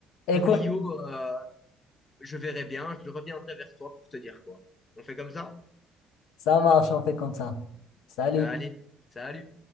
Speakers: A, on the left (about 90°); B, on the left (about 20°).
A: Écoute,
B: Pour l'IO, euh, je verrai bien. Je reviendrai vers toi pour te dire quoi. On fait comme ça?
A: ça marche, on fait comme ça. Salut.
B: Allez, salut.